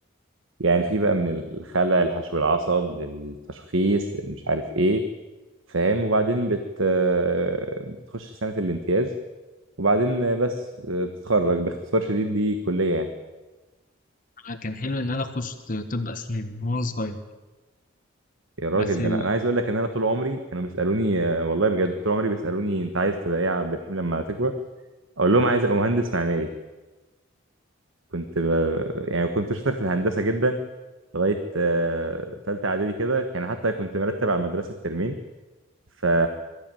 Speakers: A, on the right; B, on the left.
A: يعني في بقى من الخلع لحشو العصب للتشخيص مش عارف ايه فاهم وبعدين بت آه، بتخش سنة الامتياز وبعدين آه، بس آه، بتتخرج باختصار شديد دي كلية يعني
B: أنا كان حلو ان انا اخش طب اسنان من وانا صغير
A: يا راجل
B: بس ال...
A: ده انا أنا عايز اقول لك ان انا طول عمري كانوا بيسالوني آه، والله بجد طول عمري بيسالوني انت عايز تبقى ايه يا عبد الرحيم لما تكبر اقول لهم عايز ابقى مهندس معماري كنت ب... يعني كنت شاطر في الهندسة جدا لغاية آه، تالتة اعدادي كده كان حتى كنت مرتب على المدرسة الترمين ف